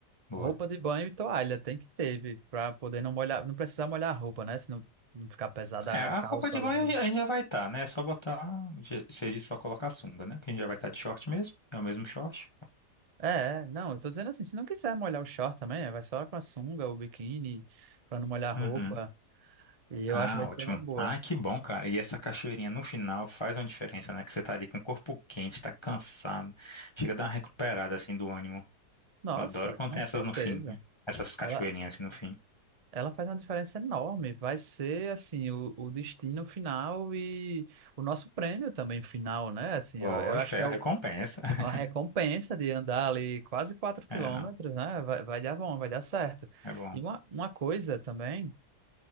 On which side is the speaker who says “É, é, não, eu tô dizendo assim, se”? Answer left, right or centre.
Right